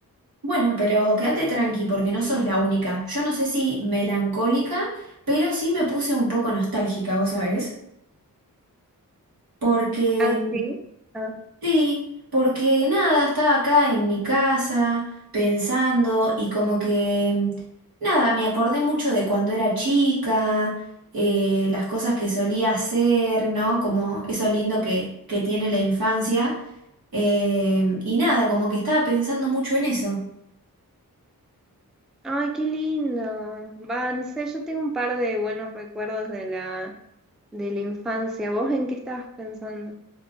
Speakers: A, on the right; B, in the centre.
A: Bueno, pero quédate tranqui porque no sos la única. Yo no sé si melancólica, pero sí me puse un poco nostálgica, ¿vos sabés? Porque
B: ¿Ah, sí? Ah.
A: Sí, porque nada, estaba acá en mi casa pensando y como que nada, me acordé mucho de cuando era chica, eh, las cosas que solía hacer, ¿no? Como eso lindo que, que tiene la infancia. eh, y nada, como que estaba pensando mucho en eso.
B: Ay, qué lindo. Va, no sé, yo tengo un par de buenos recuerdos de la, de la infancia. ¿Vos en qué estabas pensando?